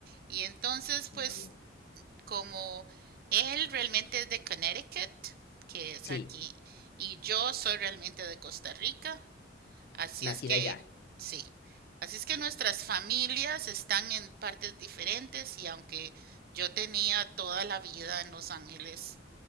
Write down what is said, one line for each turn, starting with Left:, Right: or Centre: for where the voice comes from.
Right: Y entonces, pues,
Left: Ni hablar.
Right: como él realmente es de Connecticut, que es
Left: Sí,
Right: aquí, y yo soy realmente de Costa Rica, Así
Left: nacida
Right: es que,
Left: allá.
Right: sí. Así es que
Left: Ok.
Right: nuestras familias están en partes diferentes y aunque yo tenía toda la vida en Los Ángeles,